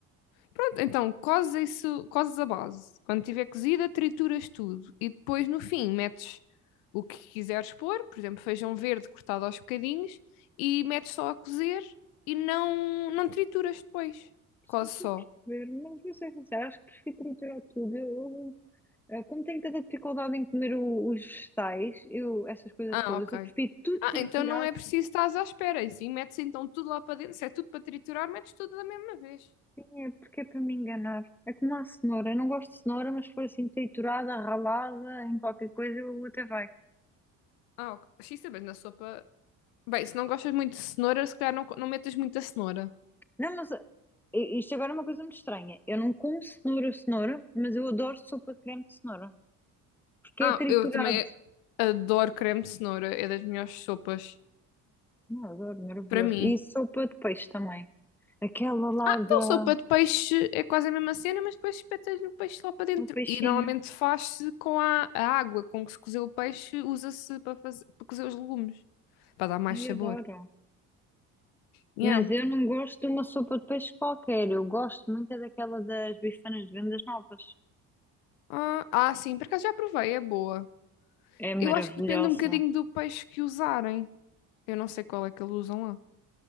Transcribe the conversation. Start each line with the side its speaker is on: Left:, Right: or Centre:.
Left: Pronto, então cozes isso, cozes a base. Quando tiver cozida, trituras tudo e depois no fim metes o que quiseres pôr, por exemplo, feijão verde cortado aos bocadinhos e metes só a cozer e não não trituras depois.
Centre: sim,
Left: Cozes
Centre: estou
Left: só.
Centre: a perceber. Mas vou ser sincera, acho que prefiro triturar tudo. Eu, Eh, Como tenho tanta dificuldade em comer o- os vegetais, eu, essas coisas
Left: Ah,
Centre: todas,
Left: ok.
Centre: eu prefiro tudo
Left: Ah,
Centre: triturado,
Left: então não é preciso estás à espera. E sim, metes então tudo lá para dentro. Se é tudo para triturar, metes tudo da mesma vez.
Centre: sim, é porque é para me enganar. É como a cenoura, eu não gosto de cenoura, mas se for assim triturada, ralada, em qualquer coisa, eu até vai.
Left: Ah, ok. Sim, também na sopa. Bem, se não gostas muito de cenoura, se calhar não, co- não metas muita cenoura.
Centre: Não, mas eh, isto agora é uma coisa muito estranha. Eu não como cenoura, cenoura, mas eu adoro sopa de creme de cenoura, porque
Left: Ah,
Centre: é triturado.
Left: eu também adoro creme de cenoura. É das melhores sopas
Centre: Não, eu adoro, maravilhoso.
Left: para mim.
Centre: E sopa de peixe também. Aquela lá
Left: Então,
Centre: da,
Left: sopa de peixe é quase a mesma cena, mas depois espetas o peixe lá para dentro.
Centre: do peixinho,
Left: E normalmente faz-se com a, a água com que se cozeu o peixe, usa-se para fazer, para cozer os legumes, para dar mais
Centre: ai,
Left: sabor.
Centre: adoro.
Left: Yeah.
Centre: Mas eu não gosto de uma sopa de peixe qualquer. Eu gosto muito é daquela das bifanas de vendas novas.
Left: Ah, ah, sim, por acaso já provei, é boa.
Centre: É maravilhosa.
Left: Eu acho que depende um bocadinho do peixe que usarem. Eu não sei qual é que eles usam lá.